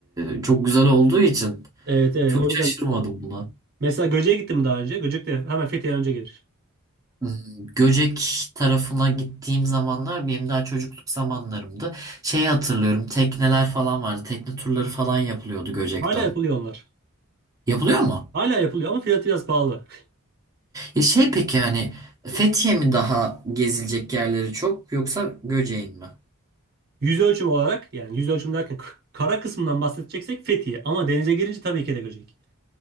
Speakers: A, on the right (about 15°); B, on the right (about 45°).
A: e, çok güzel olduğu için
B: Evet evet
A: çok
B: o yüzden
A: şaşırmadım buna.
B: mesela Göcek'e gittin mi daha önce? Göcek de hemen Fethiye'den önce gelir.
A: Hmm, Göcek tarafına gittiğim zamanlar benim daha çocukluk zamanlarımdı. Şeyi hatırlıyorum tekneler falan vardı. Tekne turları falan yapılıyordu Göcek'ten.
B: Hala yapılıyor onlar.
A: Yapılıyor mu?
B: Hala yapılıyor ama fiyatı biraz pahalı. <laughs>
A: E şey peki yani Fethiye mi daha gezilecek yerleri çok yoksa Göcek'in mi?
B: Yüz ölçüm olarak yani yüz ölçüm derken k- kara kısmından bahsedeceksek Fethiye. Ama denize girince tabii ki de Göcek.